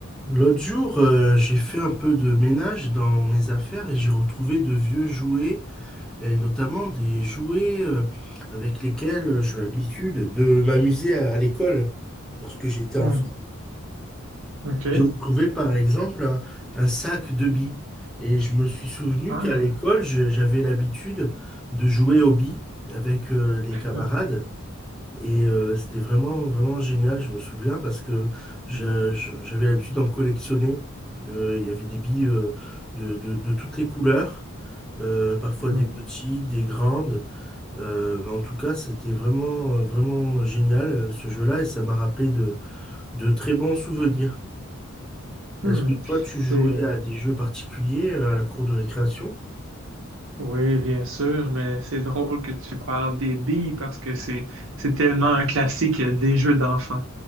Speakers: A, in the centre; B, on the right (about 65°).
A: L'autre jour, euh, j'ai fait un peu de ménage dans mes affaires et j'ai retrouvé de vieux jouets, et notamment des jouets euh, avec lesquels j'ai l'habitude de m'amuser à, à l'école lorsque j'étais enfant.
B: Hmm, ok.
A: J'ai retrouvé par exemple un, un sac de billes et je me suis souvenu
B: Ah.
A: qu'à l'école, je- j'avais l'habitude de jouer aux billes avec euh, les
B: <laughs>
A: camarades.
B: Hmm,
A: Et euh, c'était vraiment, vraiment génial, je me souviens, parce que je-
B: hmm,
A: je- j'avais l'habitude d'en collectionner. Euh, il y avait des billes euh, de, de- de toutes les couleurs, euh, parfois
B: hmm,
A: des petites, des grandes. Euh, mais en tout cas, c'était vraiment, euh, vraiment génial euh, ce jeu-là et ça m'a rappelé de, de très bons souvenirs. Est-ce
B: hmm.
A: que toi, tu
B: C'est,
A: jouais à des jeux particuliers euh, à la cour de récréation?
B: Oui, bien sûr, mais c'est drôle que tu parles des billes parce que c'est c'est tellement un classique des jeux d'enfants.